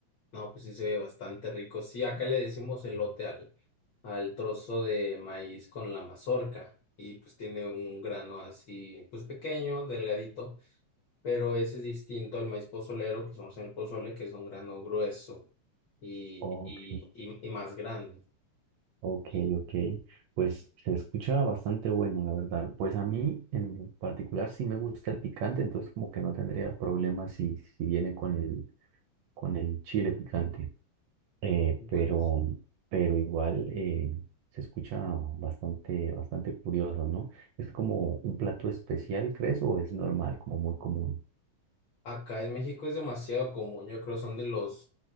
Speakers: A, on the left; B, on the right.
A: No, pues sí se ve bastante rico. Sí, acá le decimos elote al, al trozo de maíz con la mazorca y pues tiene un grano así, pues pequeño, delgadito, pero ese es distinto al maíz pozolero que usamos en el pozole, que es un grano grueso y,
B: Ok,
A: y, y, y más grande.
B: ok,
A: Y
B: ok. Pues se escucha bastante bueno, la verdad. Pues a mí en particular sí me gusta el picante, entonces como que no tendría problema si, si viene con el, con el chile picante. Eh,
A: buenísimo.
B: pero, pero igual eh, se escucha bastante, bastante curioso, ¿no? ¿Es como un plato especial, crees, o es normal, como muy común?
A: Acá en México es demasiado común, yo creo son de los,